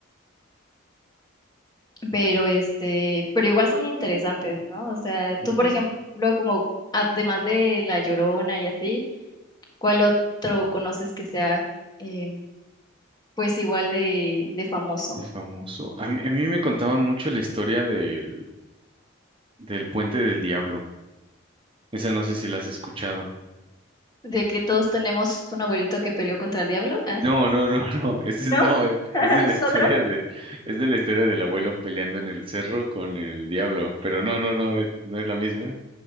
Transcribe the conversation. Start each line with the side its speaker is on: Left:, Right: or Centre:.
Left: pero este, pero igual son interesantes, ¿no? O sea, tú,
Right: Ujú.
Left: por ejemplo, como además de La Llorona y así, ¿cuál otro conoces que sea eh, pues igual de, de famoso?
Right: El famoso. A mí, a mí me contaban mucho la historia del del Puente del Diablo. Esa no sé si la has escuchado.
Left: De que todos tenemos un abuelito que peleó contra el diablo, ¿eh?
Right: No, no, no, <laughs> no. Esa es,
Left: ¿No?
Right: no, es,
Left: <laughs>
Right: es de
Left: ¿Ese
Right: la historia
Left: es otro?
Right: de, es de la historia del abuelo peleando en el cerro con el diablo. Pero no, no, no, es- no es la misma.